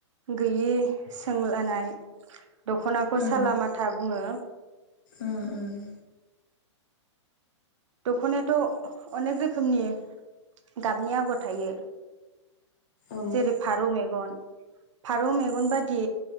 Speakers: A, on the right; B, on the left.
A: गैयि सोंलानाय दख'नाखौ
B: उम
A: साला माथा बुङो।
B: उम उम
A: दख'नायाथ' अनेक रोखोमनि गाबनि आगर थायो
B: उम
A: जेरै फारौ मेगन। फारौ मेगन बायदि